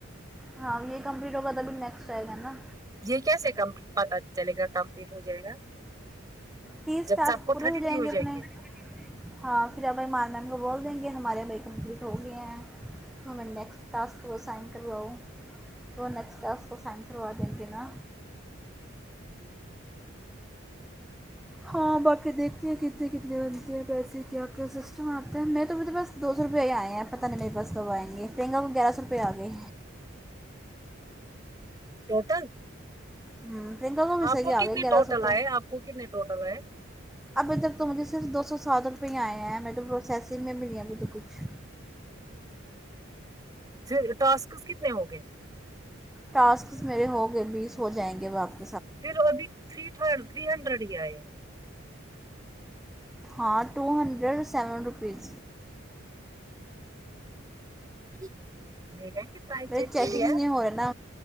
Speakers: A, in the centre; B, on the right (about 20°).
A: ہاں یہ کمپلیٹ ہوگا تبھی نیکسٹ آئے گا نا
B: یہ کیسے کم پتا چلے گا کمپلیٹ ہو جائے گا
A: تیس
B: جب
A: ٹاسک
B: سب کو
A: پورے
B: تھرٹی تھری ہو
A: اپنے
B: جائیں گے
A: ہاں پھر اب ب مار میم کو بول دیں گے ہمارے بھائی کمپلیٹ ہو گئے ہیں تمہے نیکسٹ ٹاسک کو سائن کرواؤں تو نیکسٹ ٹاسک کو سائن کروا دیں گے نا
B: ہمم
A: ہاں باقی دیکھتے ہیں کتنے کتنے بنتے ہیں پیسے کیا کیا سسٹم ا آتا ہے میں تو میرے پاس دو سو روپے ہی آ ہیں پہ نہیں میرے پاس کب ائیں گے کو گیرا سو روپئے اگئے
B: ٹوٹل
A: ہوں پرینکا بھی صحیح
B: آپ کو
A: آ
B: کتنے
A: گئے گیارہ
B: ٹوٹل
A: سو تو
B: آئے آپ کو کتنے ٹوٹل آئے
A: ابھی تک تو مجھے صرف دو سو سات روپئے آئے ہیں میں تو پروسیسنگ میں بھی ابھی تو کچھ
B: پھر ٹاسک کتنے ہوگے
A: ٹاسکس میرے ہو گے بیس ہو جائیں گے واپس
B: پھر ابھی تھری تھری ہنڈریڈ ہی آئے ہیں
A: ہاں ٹو ہنڈریڈ سیون روپیز
B: <unintelligible>
A: میری چیکنگ
B: ہے
A: نہیں ہو رہی نا